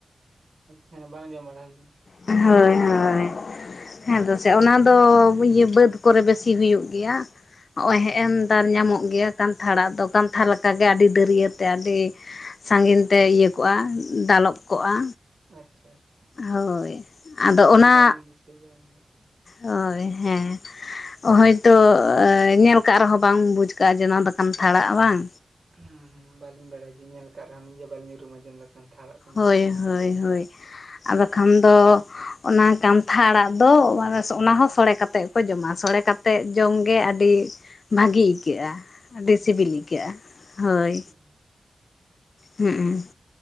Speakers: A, on the right; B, on the left.
A: ᱦᱮᱸ ᱵᱟᱝ ᱡᱚᱢ ᱵᱟᱲᱟ ᱦᱩᱭ ᱟᱠᱟᱱᱟ
B: ᱦᱳᱭ ᱦᱳᱭ ᱦᱮᱸ ᱫᱚ ᱥᱮ ᱚᱱᱟ ᱫᱚ ᱤᱭᱟᱹ ᱵᱟᱹᱫᱽ ᱠᱚᱨᱮ ᱵᱮᱥᱤ ᱦᱩᱭᱩᱜ ᱜᱮᱭᱟ ᱱᱚᱜᱼᱚᱭ ᱦᱮᱸ ᱱᱮᱜᱼᱛᱟᱨ ᱧᱟᱢᱚᱜ ᱜᱮᱭᱟ ᱠᱟᱱᱛᱷᱟ ᱟᱲᱟᱜ ᱫᱚ ᱠᱟᱱᱛᱷᱟ ᱞᱮᱠᱟᱜᱮ ᱟᱹᱰᱤ ᱫᱟᱹᱨᱭᱟᱹᱛᱮ ᱟᱹᱰᱤ ᱥᱟᱺᱜᱤᱧ ᱛᱮ ᱤᱭᱟᱹ ᱠᱚᱜᱼᱟ ᱫᱟᱞᱚᱵ ᱠᱚᱜᱼᱟ
A: ᱟᱪᱪᱷᱟ ᱟᱪᱪᱷᱟ
B: ᱦᱳᱭ ᱟᱫᱚ
A: ᱦᱮᱸ ᱪᱚᱝ
B: ᱚᱱᱟ
A: ᱵᱟᱹᱞᱤᱧ ᱫᱤᱥᱟᱹᱭᱮᱫᱟ ᱟᱹᱞᱤᱧ ᱫᱚ
B: ᱦᱳᱭ ᱦᱮᱸ ᱦᱳᱭᱛᱳ ᱧᱮᱞ ᱠᱟᱜ ᱨᱮᱦᱚᱸ ᱵᱟᱝ ᱵᱩᱡ ᱠᱟᱜᱼᱟ ᱡᱮ ᱱᱚᱣᱟ ᱫᱚ ᱠᱟᱱᱛᱷᱟ ᱟᱲᱟᱜ ᱵᱟᱝ
A: ᱦᱩᱸ ᱦᱩᱸ ᱵᱟᱹᱞᱤᱧ ᱵᱟᱲᱟᱭ ᱡᱮ ᱧᱮᱞ ᱟᱠᱟᱫ ᱨᱮᱦᱚᱞᱤᱧ ᱡᱮ ᱵᱟᱞᱤᱧ ᱩᱨᱩᱢᱟ ᱡᱮ ᱱᱚᱣᱟ ᱠᱟᱱᱛᱷᱟ ᱟᱲᱟᱜ
B: ᱦᱳᱭ ᱦᱳᱭ ᱦᱳᱭ ᱟᱨ ᱵᱟᱠᱷᱟᱱ ᱫᱚ ᱚᱱᱟ ᱠᱟᱱᱛᱷᱟ ᱟᱲᱟᱜ ᱫᱚ ᱚᱱᱟᱦᱚ ᱥᱳᱲᱮ ᱠᱟᱛᱮᱜ ᱠᱚ ᱡᱚᱢᱟ ᱥᱳᱲᱮ ᱠᱟᱛᱮᱜ ᱡᱚᱢᱜᱮ ᱟᱹᱰᱤ ᱵᱷᱟᱹᱜᱮ ᱟᱹᱭᱠᱟᱹᱜᱼᱟ ᱟᱹᱰᱤ ᱥᱤᱵᱤᱞ
A: ᱟᱪᱪᱷᱟ
B: ᱟᱹᱭᱠᱟᱹᱜᱼᱟ ᱦᱳᱭ
A: ᱦᱩᱸ
B: ᱦᱮᱸᱸ